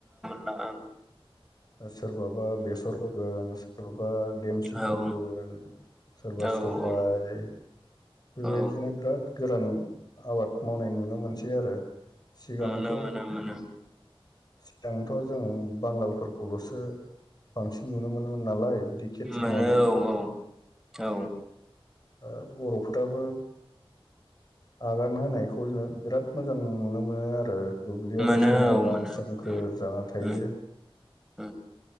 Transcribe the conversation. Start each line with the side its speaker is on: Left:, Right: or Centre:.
Centre: ना ओं
Left: ओ सोरबाबा बेसर फोगोन सोरबा देमसि
Centre: ओं
Left: फोगोन सोरबा
Centre: औ
Left: सबाय
Centre: औ
Left: बेबायदिनो
Centre: औ
Left: बिराद गोरान आबाद मावनाय नुनो मोनसै आरो सिगांथ
Centre: मोनो मोनो मोनो
Left: सिगांथ जों बांगालफोर खौलसो बांसिन नुनो मोनोमोन नालाय बिदि खेथि
Centre: मोनो
Left: मावनायखौ।
Centre: औ औ औ
Left: ओ बर' फुराबो आगान होनायखौ जों बिराद मोजां नुनो मोनो आरो। दुब्लियाबो
Centre: मोनो
Left: समायना
Centre: औ मोनो
Left: सोमखोर
Centre: ओम
Left: जाना थायो।
Centre: ओम ओम